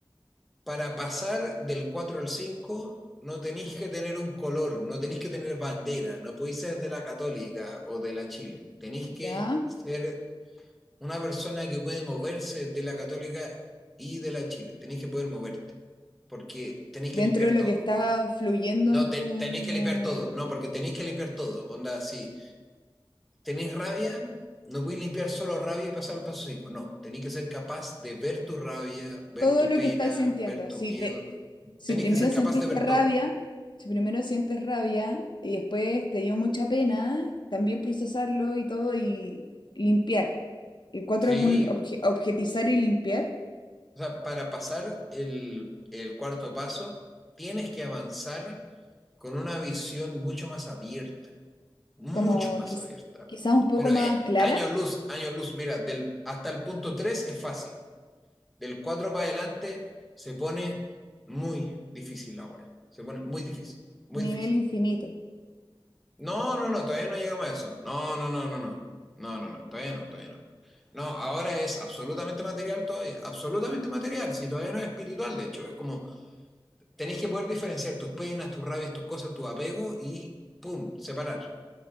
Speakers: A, in the centre; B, on the left.
A: Para pasar del 4 al 5 no tenéis que tener un color, no tenéis que tener bandera, no podéis ser de la Católica o de la Chile. Tenéis que
B: ¿ya?
A: ser Una persona que puede moverse de la Católica y de la Chile. Tenéis que poder moverte. Porque tenéis
B: dentro
A: que limpiar
B: de lo
A: todo.
B: que está fluyendo
A: No,
B: en
A: te-
B: tu,
A: tenéis que limpiar todo. No, porque tenéis que limpiar todo. Onda, si tenéis rabia, no podéis limpiar solo rabia y pasar al paso cinco No, tenéis que ser capaz de ver tu rabia, ver
B: todo
A: tu
B: lo
A: pena,
B: que estáis sintiendo.
A: ver tu
B: Si
A: miedo.
B: te, si
A: Tenéis
B: primero
A: que ser capaz
B: sentiste
A: de ver
B: rabia,
A: todo.
B: si primero sientes rabia y después te dio mucha pena, también procesarlo y todo y limpiar. El cuatro
A: Sí.
B: es un obje- objetizar y limpiar,
A: O sea, para pasar el, el cuarto paso, tienes que avanzar con una visión mucho más abierta. mucho
B: como
A: más
B: quizás
A: abierta.
B: quizás un poco
A: Pero
B: más
A: eh,
B: clara,
A: años luz, años luz, mira, del, hasta el punto 3 es fácil. Del 4 para adelante se pone muy difícil la web. Se pone muy difícil, muy
B: nivel
A: difícil.
B: infinito.
A: No, no, no, todavía no llegamos a eso. No, no, no, no, no. No, no, no, todavía no, todavía no. No, ahora es absolutamente material todavía, absolutamente material, si todavía no es espiritual, de hecho, es como tenés que poder diferenciar tus penas, tus rabias, tus cosas, tu apego y, ¡pum!, separar.